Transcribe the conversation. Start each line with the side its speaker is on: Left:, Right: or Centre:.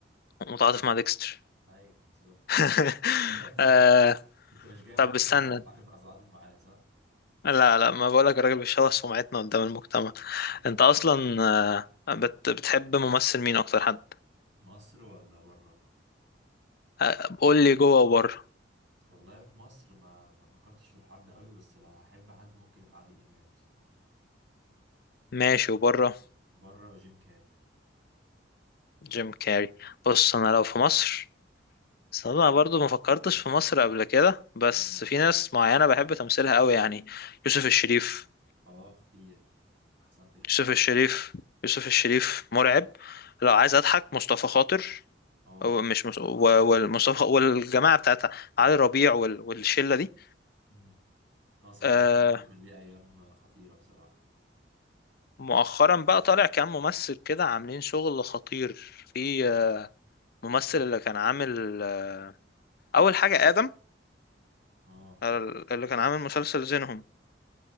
Left: متعاطف مع ديكستر
Right: ايوه بالظبط
Left: <laughs>
Right: <laughs>
Left: آه
Right: انت مش جاي
Left: طب
Right: معاك
Left: استنى
Right: انك هتتعاطف هتتعاطف معاه صح؟
Left: لا لا ما بقولك الراجل بيشوه سمعتنا قدام المجتمع
Right: ايوه
Left: انت اصلا آه، بت بتحب ممثل مين اكتر حد
Right: مصر ولا بره؟
Left: آه، قول لي جوه وبره
Right: والله في مصر ما ما فكرتش في الحوار ده قوي بس لو هحب حد ممكن يبقى عادل امام بصراحه
Left: ماشي وبره
Right: بره جيم كاري
Left: جيم كاري بص انا لو في مصر بس انا برضو ما فكرتش في مصر قبل كده بس
Right: اه
Left: في ناس معينة بحب تمثيلها قوي يعني يوسف الشريف
Right: اه خطير احسنت الاختيار
Left: يوسف الشريف يوسف الشريف مرعب لو عايز اضحك مصطفى خاطر
Right: اه
Left: أو مش مص... و- والمصطفى خ- والجماعة بتاعتها علي ربيع وال... والشلة دي
Right: مم. مسرح
Left: آه
Right: مصر برضه كان ليه ايام خطيره بصراحه
Left: مؤخرا بقى طالع كام ممثل كده عاملين شغل خطير في آه، ممثل اللي كان عامل آه اول حاجة آدم
Right: اه
Left: آه، اللي كان عامل مسلسل زينهم